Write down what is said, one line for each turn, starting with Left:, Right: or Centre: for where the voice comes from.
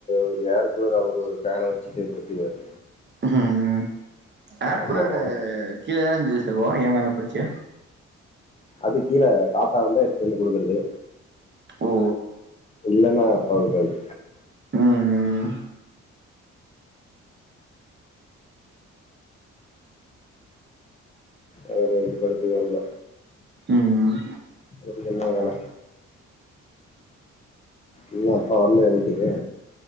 Left: ஒரு ஏர் கூலரு அவுரு ஒரு ஃபேன வச்சுட்டேப் படுத்திருவாரு
Right: ம் ம் ஏர்
Left: ஆமாமா.
Right: கூலரு கீழ தான இந்துது சகோ ஏன் மேல போச்சு
Left: அது கீழ தாத்தா வந்தா எடுத்துந்து குடுக்குறது
Right: ஓ
Left: இல்லன்னா அப்பாவுக்கு தா இது
Right: ம்
Left: அவுரு இங்க படுத்துனது இல்ல
Right: ம்
Left: அவுருக்கென்ன வேல இன்னு அப்பா வர்லயா வீட்டுக்கு